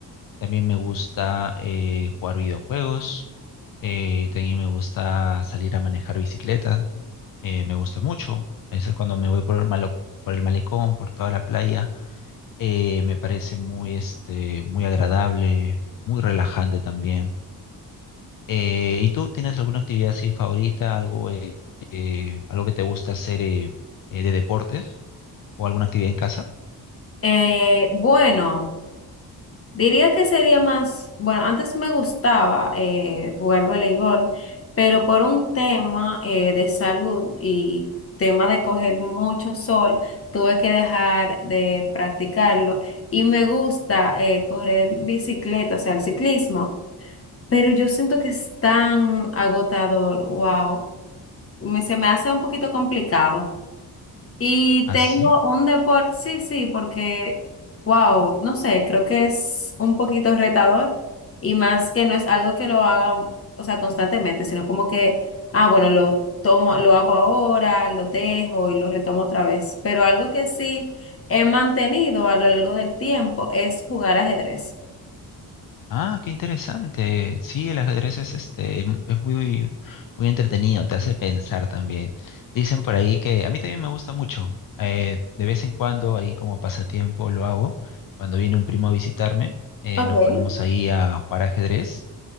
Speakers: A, on the left; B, on the left.
A: También me gusta eh, jugar videojuegos. Eh, también me gusta salir a manejar bicicleta. Eh, me gusta mucho. A veces cuando me voy por el malo- por el malecón, por toda la playa, eh, me parece muy, este, muy agradable, muy relajante también. Eh, ¿y tú tienes alguna actividad así favorita, algo, eh, eh, algo que te gusta hacer eh, eh, de deportes o alguna actividad en casa?
B: Eh, bueno. Diría que sería más, bueno, antes me gustaba eh, jugar voleibol, pero por un tema eh, de salud y tema de coger mucho sol, tuve que dejar de practicarlo y me gusta eh, correr bicicleta, o sea, el ciclismo, pero yo siento que es tan agotador, wow, me, se me hace un poquito complicado. Y
A: Así.
B: tengo un deporte, sí, sí, porque, wow, no sé, creo que es un poquito retador y más que no es algo que lo haga, o sea, constantemente, sino como que, ah, bueno, lo tomo, lo hago ahora, lo dejo y lo retomo otra vez. Pero algo que sí he mantenido a lo largo del tiempo es jugar ajedrez.
A: Ah, qué interesante. Sí, el ajedrez es este, em- es muy, muy entretenido, te hace pensar también. Dicen por ahí que a mí también me gusta mucho. eh, de vez en cuando, ahí como pasatiempo lo hago. Cuando viene un primo a visitarme, eh,
B: Okay.
A: nos ponemos ahí a jugar ajedrez.